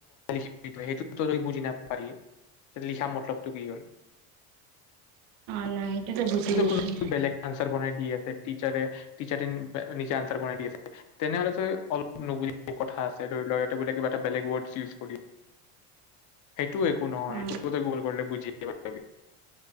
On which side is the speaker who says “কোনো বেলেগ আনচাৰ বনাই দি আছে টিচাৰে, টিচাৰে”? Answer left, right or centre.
Left